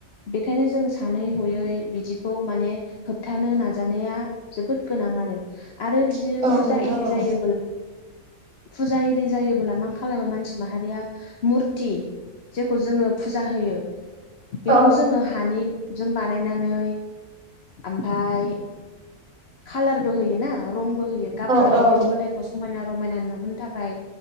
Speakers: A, on the left; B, on the right.
A: बेखायनो जों सानै हयै बिदिखौ माने होबथानो नाजानाया जोबोद गोनां आरो। आरो बिदिनो
B: औ औ
A: फुजा
B: नोंथां
A: एरि जायो
B: औ
A: फुजा एरि जायोबोब्ला मा खालामो मानसि माहारिया मुरथि जेखौ जोङो फुजा होयो बेखौ
B: औ
A: जोङो हानि जों बानायनानै ओमफ्राय कालारबो होयोना रंबो। गाब गाहोयो
B: औ नोंथां
A: मोदोमखौ समायना रमायना नुहोनो थाखाय